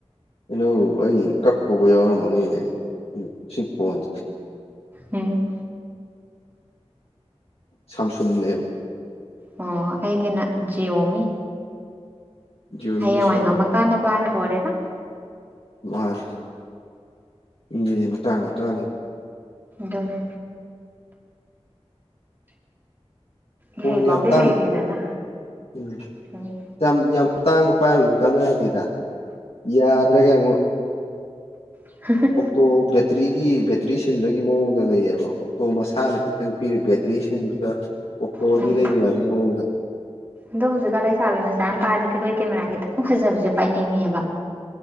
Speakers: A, on the left (about 65°); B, on the right (about 20°).
A: ꯀꯩꯅꯧ ꯑꯩ ꯀꯛꯄꯕꯨ ꯌꯥꯎꯔꯝꯃꯅꯤ ꯑꯩ ꯁꯤ ꯐꯣꯟꯁꯦ
B: ꯎꯝ
A: ꯁꯥꯝꯁꯨꯡꯅꯦꯕ
B: ꯑꯣ ꯑꯩꯒꯤꯅ ꯖꯤꯌꯣꯃꯤ
A: ꯖꯤꯑꯣꯃꯤ
B: ꯍꯌꯦꯡꯋꯥꯏ
A: ꯁꯣꯏ
B: ꯉꯝꯃꯀꯥꯟꯗ ꯄꯥꯏꯔ ꯂꯣꯏꯔꯦꯗ ꯫
A: ꯃꯥꯅꯤ ꯃꯤ ꯑꯖꯤ ꯃꯇꯥꯡ ꯃꯇꯥꯡꯅꯤ꯫
B: ꯗꯨꯅꯤ
A: ꯐꯣꯟꯒ
B: ꯏꯍꯩꯕꯥꯎꯗꯤ
A: ꯌꯥꯝ ꯇꯥꯡ
B: ꯍꯩꯔꯦꯗꯅ
A: ꯎꯝ
B: ꯎꯝ
A: ꯌꯥꯝ ꯌꯥꯝ ꯇꯥꯡꯕ ꯄꯥꯏꯕꯖꯨ ꯀꯥꯟꯅꯗꯦꯗ ꯌꯥꯗ꯭ꯔꯒ ꯑꯃꯨꯛ
B: <unintelligible>
A: ꯇꯣ ꯕꯦꯇ꯭ꯔꯤꯒꯤ ꯕꯦꯇ꯭ꯔꯤ ꯁꯤꯟꯕꯒꯤ ꯃꯑꯣꯡꯗ ꯂꯩꯌꯦꯕ ꯇꯣ ꯃꯁꯥꯅ ꯈꯤꯇꯪ ꯄꯤꯔꯦ ꯕꯦꯇ꯭ꯔꯤ ꯁꯤꯟꯕꯒ ꯑꯣꯛꯇꯣ
B: ꯎꯝ
A: ꯑꯅꯤ ꯂꯩꯕ ꯌꯥꯕꯒꯤ ꯃꯑꯣꯡꯗ
B: ꯑꯗꯣ ꯍꯧꯖꯤꯛꯀꯥꯟ ꯂꯩꯁꯥꯕꯤ ꯃꯆꯥꯅ ꯄꯥꯏꯕꯗꯤ ꯑꯈꯣꯏ ꯀꯦꯃꯦꯔꯥ ꯈꯤꯇꯪ ꯐꯖꯕꯁꯦ ꯄꯥꯏꯅꯤꯡꯉꯦꯕ꯫